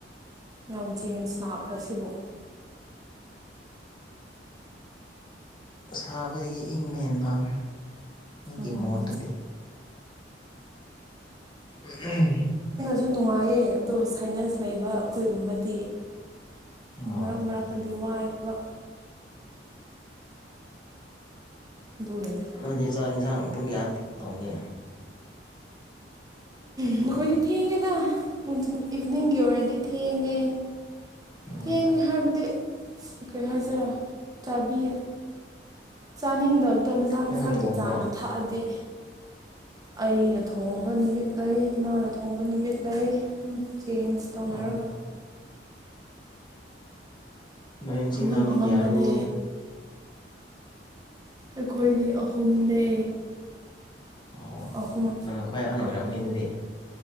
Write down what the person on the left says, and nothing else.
ꯁꯥꯕꯗꯒꯤ ꯏꯪꯕ ꯍꯦꯟ ꯄꯥꯝꯃꯦ ꯑꯩꯒꯤ
ꯃꯣꯠꯇꯗꯤ ꯎꯝ
ꯑꯣ
ꯅꯗꯤ ꯆꯥꯛ ꯌꯦꯟꯁꯥꯡ ꯄꯨꯡ ꯀꯌꯥ ꯊꯣꯅꯤ
ꯎꯝ
ꯅꯪꯅ
ꯊꯣꯡꯕ꯭ꯔꯣ
ꯑꯣ ꯅꯣꯏ ꯏꯆꯤꯟ
ꯏꯅꯥꯎꯗꯤ
ꯀꯩꯌꯥꯔꯣ
ꯑꯣ
ꯅꯪꯅ ꯈ꯭ꯋꯥꯏ ꯑꯍꯟ ꯑꯣꯏꯔꯝꯅꯤ ꯑꯗꯨꯗꯤ